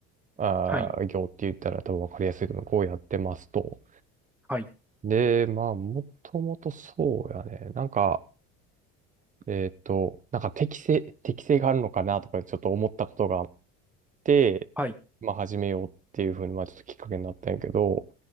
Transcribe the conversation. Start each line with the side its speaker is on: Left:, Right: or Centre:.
Right: あー、
Centre: はい、
Right: 業って言ったら多分わかりやすいけど、こうやってますと。
Centre: はい、
Right: で、まあ、もともとそうやね。なんか、えーっと、なんか適性、適性があるのかなとかちょっと思ったことがあって、
Centre: はい、
Right: まあ、始めようっていうふうに、まあ、ちょっときっかけになったんやけど、